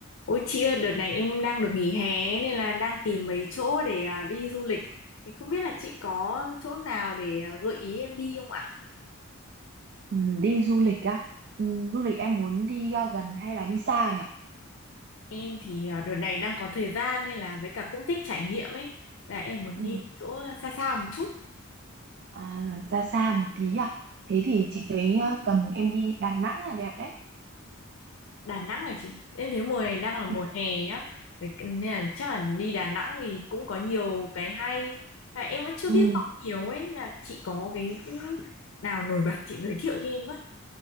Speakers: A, on the left (about 65°); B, on the right (about 50°).
A: Ôi chị ơi, đợt này em đang được nghỉ hè nên là đang tìm mấy chỗ để à, đi du lịch. Thì không biết là chị có chỗ nào để à, gợi ý em đi không ạ?
B: Ừ, đi du lịch á ừ, du lịch em muốn đi à, gần hay là đi xa nhỉ
A: Em thì à, đợt này đang có thời gian nên là với cả cũng thích trải nghiệm ấy. Là em muốn
B: ừ,
A: đi chỗ xa xa một chút.
B: à, ra xa một tí à thế thì chị thấy à, tầm em đi Đà Nẵng là đẹp đấy
A: Đà Nẵng là chị. Em thấy mùa này đang
B: ừ,
A: là mùa hè nhá. Vậy Nên là chắc là đi Đà Nẵng thì cũng có nhiều cái hay. Là em vẫn chưa
B: Ừ.
A: biết rõ nhiều ấy. Là chị có cái ừ, nào nổi bật chị giới thiệu cho em với.